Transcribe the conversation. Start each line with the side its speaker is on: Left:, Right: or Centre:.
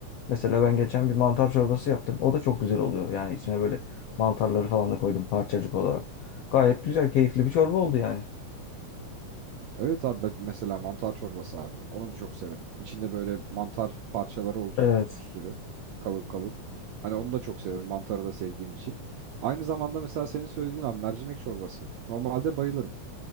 Left: Mesela ben geçen bir mantar çorbası yaptım. O da çok güzel oluyor. Yani içine böyle mantarları falan da koydum parçacık olarak. Gayet güzel, keyifli bir çorba oldu yani.
Right: Evet abi ben- mesela mantar çorbası abi. Onu da çok severim. İçinde böyle mantar parçaları olacak
Left: Evet.
Right: bir sürü kalın kalın. Hani onu da çok severim. Mantarı da sevdiğim için. Aynı zamanda mesela senin söylediğin abi mercimek çorbası. Normalde bayılırım.